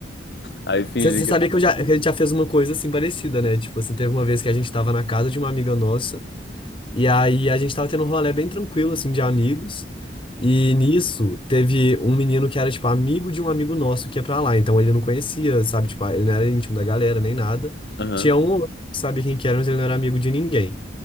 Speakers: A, on the left (about 65°); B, on the left (about 30°).
A: aí fingi
B: Você
A: que.
B: sabia que, eu já, que a gente já fez uma coisa assim parecida, né? Tipo assim, teve uma vez que a gente tava na casa de uma amiga nossa, e aí a gente tava tendo um rolê bem tranquilo, assim, de amigos. E nisso teve um menino que era, tipo, amigo de um amigo nosso que ia pra lá. Então ele não conhecia, sabe? Tipo, ele não era íntimo da galera nem nada.
A: Aham,
B: Tinha um ou outro que sabia quem que era, mas ele não era amigo de ninguém.